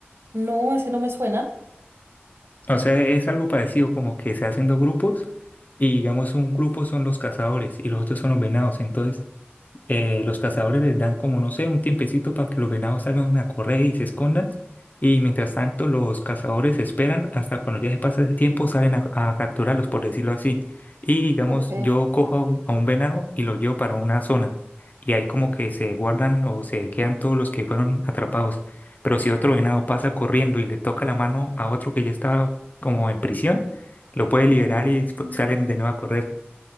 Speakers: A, on the right; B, on the left.
A: No, ese no me suena.
B: O sea, es algo parecido como que se hacen dos grupos y digamos un grupo son los cazadores y los otros son los venados. Entonces, eh, los cazadores les dan como, no sé, un tiempecito para que los venados salgan a correr y se escondan. Y mientras tanto, los cazadores esperan hasta cuando ya se pasa ese tiempo, salen a, a capturarlos, por decirlo así. Y digamos,
A: Ok.
B: yo cojo a un a un venado y lo llevo para una zona. Y ahí como que se guardan o se quedan todos los que fueron atrapados. Pero si otro venado pasa corriendo y le toca la mano a otro que ya estaba como en prisión, lo puede liberar
A: Mm.
B: y salen de nuevo a correr.